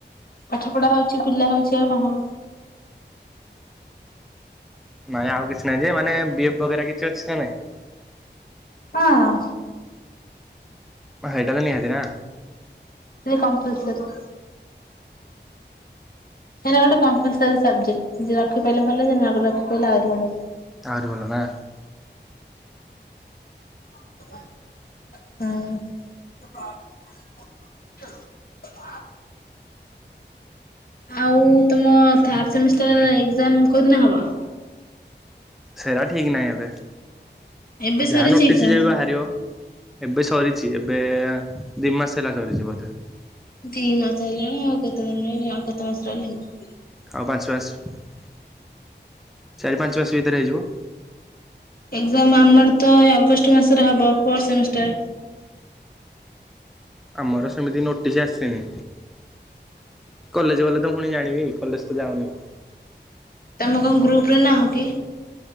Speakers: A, on the left; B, in the centre.
A: ପାଠ ପଢା଼ ହଉଛି ବୁଲା ହଉଛି ଆଉ କଣ ହବ।
B: ନାଇଁ ଆଉ କିଛି ନାଇଁ ଯେ ମାନେ ବି ଏଫ୍ ବଗେରା କିଛି ଅଛି ନା ନାଇଁ?
A: ହଁ।
B: ହେଇଟା ତ ନିହାତି ନା?
A: ସେ କମ୍ପଲସରି ହେଲା ଗୋଟେ କମ୍ପଲସରୀ ସବଜେକ୍ଟ ଯେ ରଖିପାରିଲେ ଭଲ ଯେ ନରଖିପରିଲା ଆହୁରି ବଢି଼ଆ।
B: ଆହୁରି ଭଲ ନା?
A: ହୁଁ। <inaudible> ଆଉ ତୁମ ଥାଡ଼ ସେମିଷ୍ଟର ଏକ୍ଜାମ୍ କୋଉଦିନ ହବ?
B: ସେରା ଠିକ୍ ନାହିଁ ଏବେ।
A: ଏବେ
B: ଯାହା
A: ସରିଛି
B: ନୋଟିସ୍
A: ଏକ୍ଜାମ
B: କେବେ ବାହାରିବ ଏବେ ସବ୍ ସରିଛି ଏବେ ଦିମାସ୍ ହେଲା ସରିଛି ବୋଧେ।
A: ଦି ମାସ ହେଲାଣି ଆଉ କେତେ ଦିନ ରହିଲା ଆଉ କେତେ ମାସ ରହିଲାଣି?
B: ଆଉ ପାଞ୍ଚ ମାସ। ଚାରି ପାଞ୍ଚ ମାସ ଭିତରେ ହେଇଯିବ।
A: ଏକ୍ଜାମ୍ ଆମର ତ ଅଗଷ୍ଟ ମାସରେ ହବ ଫୋର୍ ସେମିଷ୍ଟର।
B: ଆମର ସେମିତି ନୋଟିସ୍ ଆସିନି। କଲେଜ ଗଲେ ତ ପୁଣି ଜାଣିବି କଲେଜ ତ ଯାଉନି।
A: ତମ କଣ ଗ୍ରୁପ ରେ ନାହଁ କି